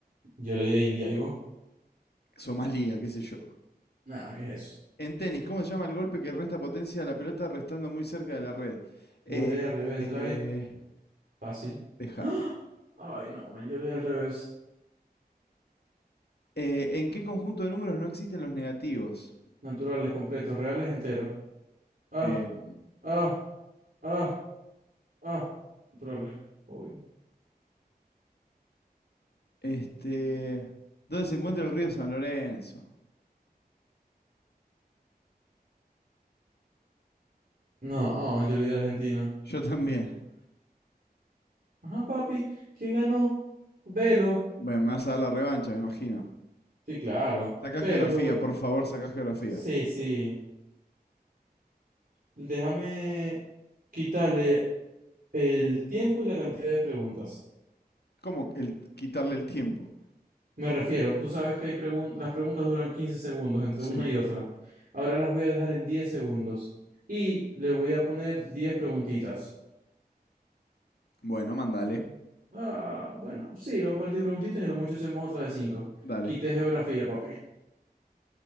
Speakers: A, on the right; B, on the left.
A: Yo le di a India, ¿y vos?
B: Somalia, qué sé yo.
A: Nada, ¿qué es eso?
B: En tenis, ¿cómo se llama el golpe que resta potencia a la pelota restando muy cerca de la red?
A: Volea,
B: Eh,
A: revés, drive,
B: eh,
A: fácil.
B: dejada.
A: ¡Ah! Ay, no, man, yo le di al revés.
B: Eh, ¿en qué conjunto de números no existen los negativos?
A: Naturales, completos, reales, enteros. Ah,
B: Eh,
A: ah, ah, ah. Naturales, obvio.
B: Este, ¿dónde se encuentra el río San Lorenzo?
A: No, ah, yo le di a Argentina.
B: Yo también.
A: Ajá, papi, ¿quién ganó? Velo.
B: Bueno, me vas a dar la revancha, me imagino.
A: Sí, claro,
B: Sacá
A: pero
B: geografía,
A: le voy.
B: por favor, sacá geografía.
A: Sí, sí. Déjame quitarle el tiempo y la cantidad de preguntas.
B: ¿Cómo el, quitarle el tiempo?
A: Me refiero, tú sabes que hay pregun- las preguntas duran 15 segundos entre
B: Sí.
A: una y otra. Ahora las voy a dejar en diez segundos y le voy a poner 10 preguntitas.
B: Bueno, mandale.
A: Ah, bueno, sí, le voy a poner 10 preguntitas y lo mucho hacemos otra de cinco.
B: Dale.
A: Quité geografía, papi.